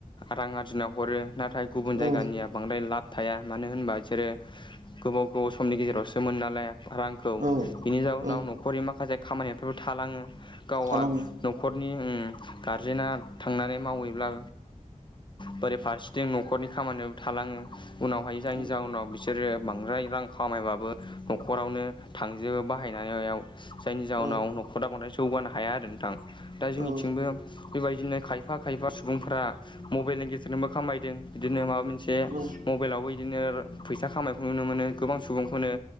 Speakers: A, on the left; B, on the right.
A: रां आरजिना हरो नाथाय गुबुन जायगायाव
B: औ
A: बांद्राय लाब थाया मानो होनबा बिसोरो गोबाव गोबाव समनि गेजेरावसो मोन नालाय रां खौ
B: औ
A: बिनि जाउनाव
B: औ
A: न'खरनि माखासे खामानिफोरबो थालाङो गावा
B: थालाङो
A: न'खरनि ओ गारजेना थांनानै मावैब्ला बोरै फारसेथिं न'खरनि खामानियाव थालाङो उनावहाय जायनि
B: औ
A: जाहोनाव बिसोर बिसोरो बांद्राय रां खामायबाबो न'खरावनो थांजोबो बाहायनायाव। जायनि जाउहनाव
B: औ
A: न'खरा बांद्राय जौगानो हाया आरो नोंथां। दा जोंनिथिंबो
B: औ
A: बेबायदिनो खायफा खायफा सुबुंफोरा मबाइलनि गेजेरजोंबो खामायदों। बिदिनो माबा मोनसे एसे
B: औ
A: मबाइलावबो बिदिनो फैसा खामायखौ नुनो मोनो गोबां सुबुंखौनो।